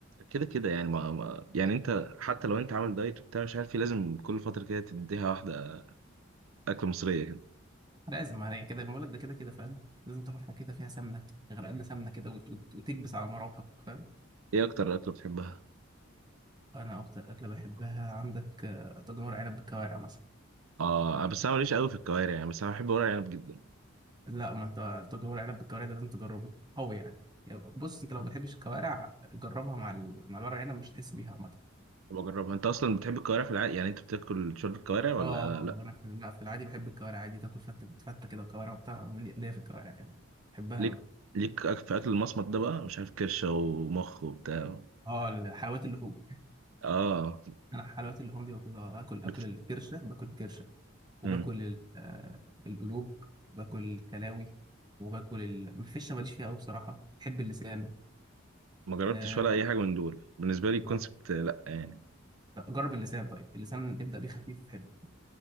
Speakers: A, on the right; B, on the right.
A: كده كده يعني ما, ما يعني انت حتى لو انت عامل دايت وبتاع مش عارف إيه، لازم كل فتره كده تديها واحده اكله مصريه كده
B: لازم عليك كده بقول لك ده كده كده فاهم لازم تاكل حاجة كده فيها سمنة غرقانة سمنة كده وت- وت- وتكبس على مراوحك فاهم
A: ايه اكتر اكله بتحبها
B: أنا أكتر أكلة بحبها عندك آه، طاجن ورق عنب بالكوارع مثلا
A: اه بس انا ماليش قوي في الكوارع يعني بس انا بحب ورق العنب جدا
B: لا ما أنت طاجن ورق عنب بالكوارع ده لازم تجربه قوي يعني يعني بص أنت لو ما بتحبش الكوارع جربها مع ال... مع الورق عنب مش هتحس بيها عامة.
A: وبجربها انت اصلا بتحب الكوارع في العادي يعني انت بتاكل شوربه كوارع ولا
B: اه آه،
A: لا
B: انا في لا في العادي بحب الكوارع عادي تاكل فته فته كده وكوارع وبتاع ليا ليا في الكوارع يعني بحبها
A: ليك
B: قوي
A: ليك أك- في اكل المصمت ده بقى مش عارف كرشه ومخ وبتاع
B: اه حلويات اللحوم
A: اه
B: انا حلويات اللحوم دي باكلها اكل
A: بت...
B: اكل الكرشه باكل الكرشه وباكل
A: بت...
B: ال- آه، القلوب باكل الكلاوي وباكل ال... الفشه ماليش فيها قوي بصراحه بحب اللسان
A: ما جربتش
B: آه،
A: ولا اي حاجه من دول بالنسبه لي الكونسبت
B: لا،
A: لا يعني
B: جرب اللسان طيب اللسان ابدا بيه خفيف حلو